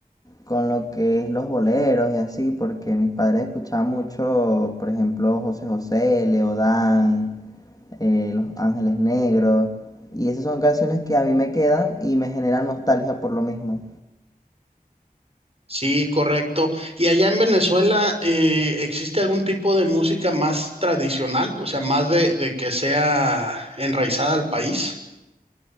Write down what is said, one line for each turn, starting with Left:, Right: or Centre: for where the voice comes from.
Left: con lo que es los boleros y así, porque mis padres escuchaban mucho, por ejemplo, José José, Leodán, eh, Los Ángeles Negros, y esas son canciones que a mí me quedan y me generan nostalgia por lo mismo.
Right: Sí, correcto. ¿Y allá en Venezuela eh, existe algún tipo de música más tradicional? O sea, más de, de que sea enraizada al país.